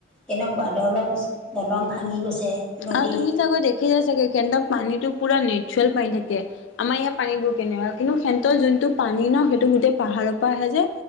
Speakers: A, in the centre; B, on the left (about 85°).
A: কেনেকুৱা দলং দলং ভাঙি গৈছে। নদী
B: আৰু তুমি চাগৈ দেখিছা চাগে সিহতঁৰ পানীটো পুৰা নেচুৰেল পানী থাকে। আমাৰ ইয়াৰ পানী বোৰ কেনেকুৱা কিন্তু সিহঁতৰ যোনটো পানী ন সেইটো গোটেই পাহাৰৰ পৰা আহে যে